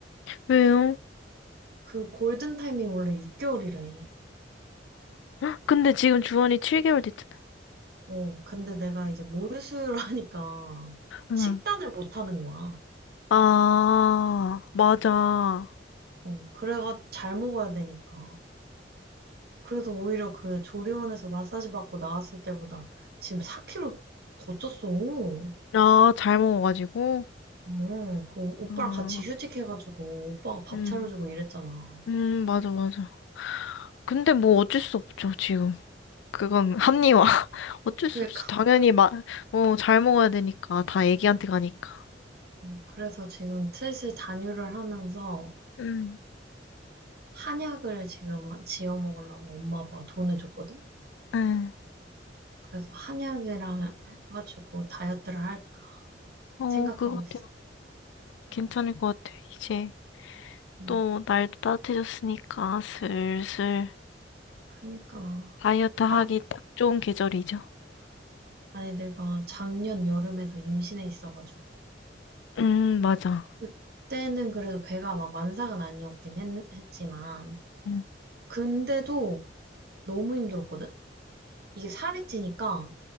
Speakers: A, on the left; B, on the right.
A: 왜요?
B: 그 골든 타임이 원래 6개월이래.
A: 헉, 근데 지금 주원이 7개월 됐잖아.
B: 어, 근데 내가 이제 모유수유를 <laughs> 하니까
A: 응.
B: 식단을 못 하는 거야.
A: 아, 맞아. 어.
B: 어, 그래가 잘 먹어야 되니까. 그래서 오히려 그 조리원에서 마사지 받고 나왔을 때보다 지금 4kg 더 쪘어.
A: 아, 잘 먹어가지고.
B: 어, 그 오빠랑
A: 어.
B: 같이 휴직해가지고 오빠가 밥
A: 음,
B: 차려주고 이랬잖아.
A: 음, 맞아, 맞아. 근데 뭐 어쩔 수 없죠, 지금. 그건 합리화. <laughs> 어쩔
B: 그러니까
A: 수 없이. 당연히 마, 어, 잘 먹어야 되니까. 다 애기한테 가니까.
B: 어, 그래서 지금 슬슬 단유를 하면서
A: 음.
B: 한약을 지금 지어 먹으려고 엄마 아빠가 돈을 줬거든.
A: 응.
B: 그래서 한약이랑 해가지고 다이어트를 할까
A: 어,
B: 생각하고
A: 그거 같아요.
B: 있어.
A: 괜찮을 것 같아요. 이제
B: 음,
A: 또 날도 따뜻해졌으니까 슬슬
B: 그니까
A: 다이어트 하기
B: 아,
A: 딱 좋은 계절이죠.
B: 아니 내가 작년 여름에도 임신해 있어가지고.
A: 음, 맞아.
B: 그때는 그래도 배가 막 만삭은 아니었긴 했, 했지만,
A: 음.
B: 근데도 너무 힘들었거든? 이게 살이 찌니까